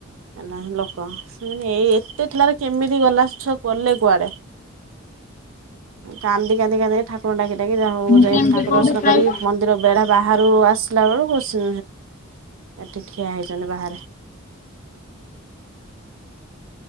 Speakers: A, on the right; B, on the left.
A: ନାହିଁ ଲୋକ ସେମାନେ ଏଇ ଏତେ ଠେଲାରେ କେମିତି ଗଲା ସିଏ। ଛୁଆ ଗଲେ କୁଆଡେ କାନ୍ଦି କାନ୍ଦି କାନ୍ଦି। ଠାକୁରଙ୍କୁ ଡାକି ଡାକି ଯାହା ହଉ
B: କେମିତି
A: ଠାକୁର
B: କୋଉଠି
A: ଦର୍ସନ
B: ପାଇବ?
A: କରିକି ମ ମନ୍ଦିର ବେଢା ବାହାରୁ ଆସିଲା ବେଳକୁ ସେ ଏଠି ଠିଆ ହେଇଚନ୍ତି ବାହାରେ।